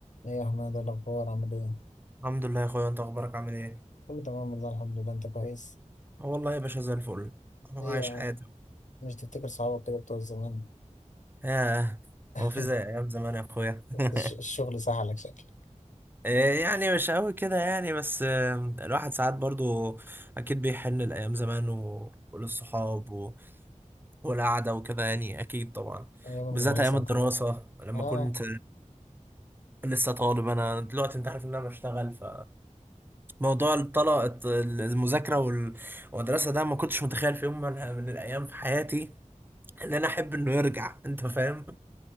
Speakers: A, on the left; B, on the right.
A: ايه يا حماد إيه الاخبار عامل ايه
B: الحمد لله يا اخويا انت اخبارك عامل ايه
A: كله تمام والله الحمد لله انت كويس
B: اه والله يا باشا زي الفل انا
A: ايه
B: عايش
A: يا عم
B: حياتي
A: مش تفتكر صحابك كده بتوع زمان
B: ياه
A: <laughs>
B: هو في زي ايام زمان يا اخويا <laughs>
A: الش- الشغل سهلك شكل
B: إيه يعني مش قوي كده يعني بس آه، الواحد ساعات برضو اكيد بيحن لايام زمان و... وللصحاب و... والقعده وكده يعني اكيد طبعا
A: ايام المدرسه
B: بالذات ايام
A: وكده
B: الدراسه لما
A: اه
B: كنت لسه طالب انا دلوقتي انت عارف ان انا بشتغل ف موضوع الطلاق المذاكره وال- والمدرسه ده ما كنتش متخيل في يوم من من الايام في حياتي ان انا احب انه يرجع انت فاهم